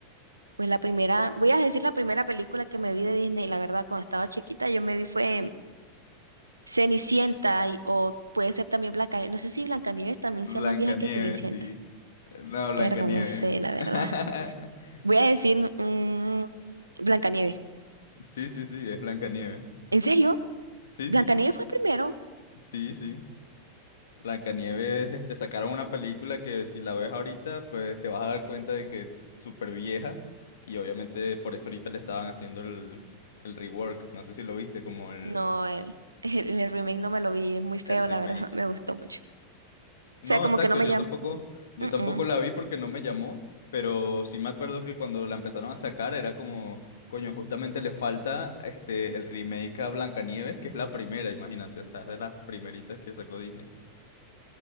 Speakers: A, on the right; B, on the left.
A: pues la primera, voy a decir la primera película que me vi de Disney, la verdad, cuando estaba chiquita, yo me vi fue Cenicienta y- o puede ser también Blancanieves. No sé si Blancanieves también
B: Blancanieves,
A: sea más vieja que Cenicienta.
B: sí. No, Blancanieves.
A: Verdad, no sé, la
B: <laughs>
A: verdad. Voy a decir mm, Blancanieves.
B: Sí, sí, sí, es Blancanieves.
A: ¿En serio?
B: Sí,
A: ¿Blancanieves
B: sí,
A: fue el primero?
B: sí, sí. Blancanieves, este, sacaron una película que si la ves ahorita, pues te vas a dar cuenta de que es súper vieja. Y obviamente por eso ahorita le estaban haciendo el, el rework. No sé si lo viste, como el,
A: No, el, <laughs> el, el remake no me lo vi, es muy feo,
B: el remake.
A: la verdad, <laughs> me gustó mucho. O sea,
B: No,
A: como
B: exacto,
A: que no me
B: yo
A: llama.
B: tampoco, yo
A: Mm,
B: tampoco
A: mm.
B: la vi porque no me llamó, pero sí me acuerdo que cuando la empezaron a sacar era como, coño, justamente le falta este el remake a Blancanieves, que es la primera, imagínate, o sea, es de las primeritas que sacó Disney,